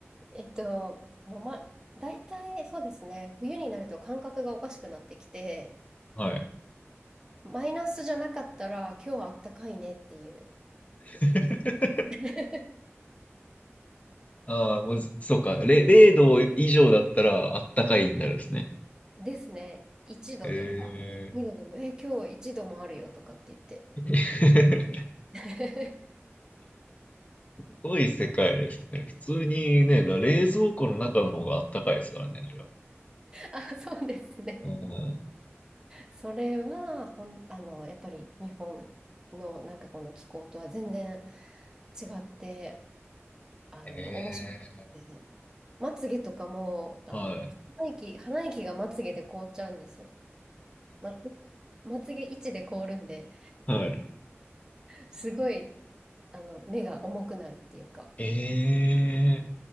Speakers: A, on the right; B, on the left.
A: えっと、もうま、大体そうですね、冬になると感覚がおかしくなってきて、
B: <laughs> はい。
A: マイナスじゃなかったら、今日はあったかいねっていう。
B: <laughs>
A: <laughs>
B: ああ、もう、そうか。れ0度以上だったら、あったかいになるんですね。
A: ですね。一度とか、
B: ええ
A: 2度でも、え、今日一度もあるよとかって言って。
B: <laughs>
A: <laughs>
B: すごい世界ですね。普通にね、だ冷蔵庫の中の方があったかいですからね、あれは。
A: あ、そうですね。
B: うん。
A: それは、ほん、あの、やっぱり日本のなんかこの気候とは全然違って、あの、
B: ええ
A: 面白くって、まつげとかも、あの、
B: はい。
A: 鼻息、鼻息がまつげで凍っちゃうんですよ。まつ、まつげ位置で凍るんで、
B: はい。
A: すごい、あの、目が重くなるっていうか。
B: ええ